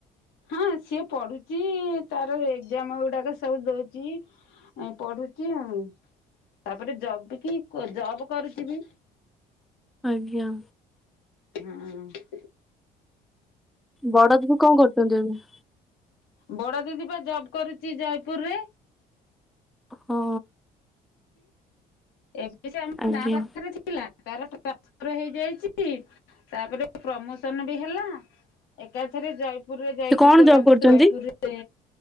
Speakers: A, on the left; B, in the centre.
A: ହଁ ସିଏ ପଢୁଛି ତାର ଏଗଜାମ୍ ଗୁଡାକ ସବୁ ଦଉଛି। ଏ ପଢୁଛି ଆଉ ତାପରେ ଜବ କି ଜବ୍ କରୁଛି ବି।
B: ଆଜ୍ଞା।
A: <inaudible> ହୁଁ
B: ବଡଦିଦି କଣ କରୁଛନ୍ତି ଏବେ?
A: ବଡ ଦିଦି ପା ଜବ୍ କରୁଛି ଜୟପୁରରେ।
B: ହଁ।
A: ଏବେ ସେ ଆମ
B: ଆଜ୍ଞା
A: ଗାଁ ପାଖରେ ଅଛି। ତାର ଟାନ୍ସଫର ହେଇଯାଇଛି ତାପରେ ପ୍ରମୋସନ ବି ହେଲା। ଏକାଥରେ ଜୟପୁରରେ ଯାଇକି
B: ସେ କଣ
A: କୋରାପୁଟ
B: ଜବ୍ କରୁଛନ୍ତି?
A: ଜୟପୁରରେ